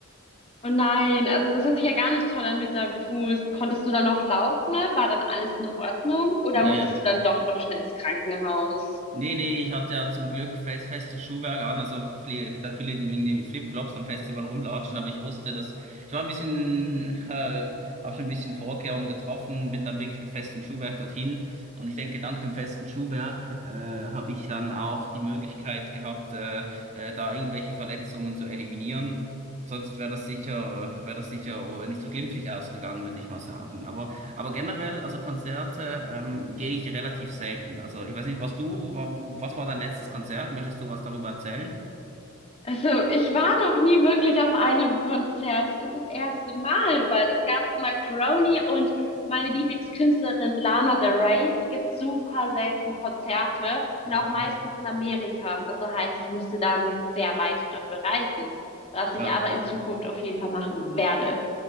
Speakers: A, on the left (about 30°); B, on the right (about 35°).
A: Oh nein, also das hört sich ja gar nicht toll an mit deinem Fuß. Konntest du dann noch laufen? ne? War dann alles in Ordnung? Oder
B: Ja,
A: musstest
B: ja.
A: du dann doch noch schnell ins Krankenhaus?
B: Nee, nee, ich hatte ja zum Glück fest, festes Schuhwerk an. Also viele, gibt da viele, die irgendwie mit Flipflops am Festival rumlatschen, aber ich wusste, dass ich war ein bisschen, äh, habe schon ein bisschen Vorkehrungen getroffen, bin dann wirklich mit festem Schuhwerk dorthin. Und ich denke, dank dem festen Schuhwerk äh, habe ich dann auch die Möglichkeit gehabt, äh, äh, da irgendwelche Verletzungen zu eliminieren. Sonst wäre das sicher, wäre das sicher oh, nicht so glimpflich ausgegangen, würde ich mal sagen. Aber aber generell, also Konzerte ähm, gehe ich relativ selten. Also ich weiß nicht, was du, wa- was war dein letztes Konzert? Möchtest du was darüber erzählen?
A: Also ich war noch nie wirklich auf einem Konzert. Das ist das erste Mal, weil es gab immer Crony und meine Lieblingskünstlerin Lana Del Rey, die gibt super selten Konzerte und
B: Okay.
A: auch meistens in Amerika. Also heißt, ich müsste dann sehr weit dafür reisen, was ich
B: Ja.
A: aber in Zukunft auf jeden Fall machen werde.